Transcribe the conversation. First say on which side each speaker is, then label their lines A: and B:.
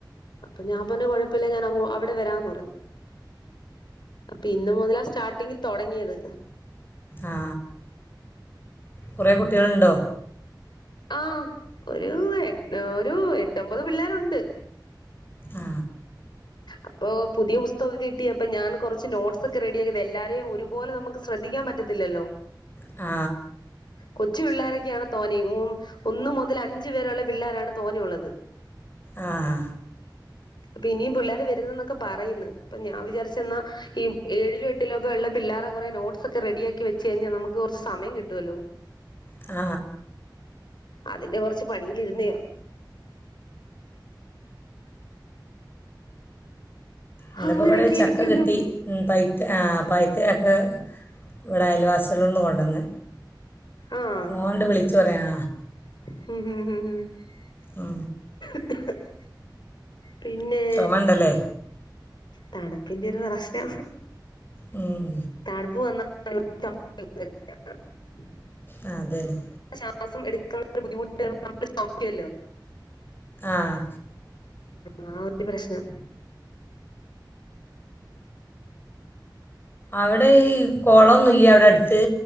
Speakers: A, on the left (about 70°); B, on the left (about 25°).
A: അപ്പൊ ഞാൻ പറഞ്ഞ കുഴപ്പില്ല ഞാൻ അവിടെ വരാന്ന് പറഞ്ഞു അപ്പൊ ഇന്ന് മുതല സ്റ്റാർട്ടിങ് തുടങ്ങിയത്
B: ആ കുറേ കുട്ടികളുണ്ടോ
A: ആ ഒരു എട്ട ഒരു എട്ടോമ്പത് പിള്ളേരുണ്ട്
B: ആ
A: അപ്പൊ പുതിയ പുസ്തകമൊക്കെ കിട്ടിയപ്പൊ ഞാൻ കുറച്ച് നോട്ട്സ് ഒക്കെ റെഡി ആക്കിയത് എല്ലാരെയും ഒരുപോലെ നമുക്ക് ശ്രദ്ധിക്കാൻ പറ്റത്തില്ലല്ലോ
B: ആ
A: കൊച്ച് പിള്ളാരൊക്കെയാണ് തോനെ ഉം ഒന്നു മുതൽ അഞ്ചു പേരള്ള പിള്ളാരാണ് തോനെയള്ളത്
B: ആ ഹാ
A: പ്പൊനിയും പിള്ളാര് വരുന്നൂന്നൊക്കെ പറയുന്നു അപ്പൊ ഞാൻ വിചാരി ച്ച്ന്നാ ഈ ഏഴിലും എ ട്ടിലൊക്കെയുള്ള പിള്ളാരെ കൊറേ നോട്ട്സൊക്കെ റെഡിയാക്കി വെച്ച് കയ്ഞ്ഞാ നമുക്ക് കൊറച്ച് സമയം കിട്ടോലോ
B: ആ
A: അതിന്റെ കൊറച്ച് പണി ഇരുന്നിയോ
B: ന്ന്
A: അങ്ങനെയൊക്കെ
B: പ്പൊ വടൊരു ചക്ക
A: ഇരിക്കുന്നു
B: കിട്ടി ഉം പൈ യാ പയ്ത്ത ചക്ക ഇവിടെ അയൽവാസ് <unintelligible> കൊണ്ടന്ന്
A: ആഹ്
B: മോണ്ട് വിളിച്ചു ന്ത്വ റയാ
A: <inaudible>
B: ആ
A: <unintelligible> പിന്നെ
B: ചുമയുണ്ടല്ലേ
A: തണുപ്പിന്റെ ഒരു പ്രശ്നാ
B: ഉം.
A: തണ്പ്പ് വന്നാ <unintelligible>
B: ആ അതന്നെ
A: ശ്വാസം എടു <unintelligible>
B: ആഹ്
A: ആ ആ ഒരു പ്രശ്നം
B: അവട് <unintelligible> ഈ കൊളൊന്നുല്ലാ അവിടെ അടുത്ത്?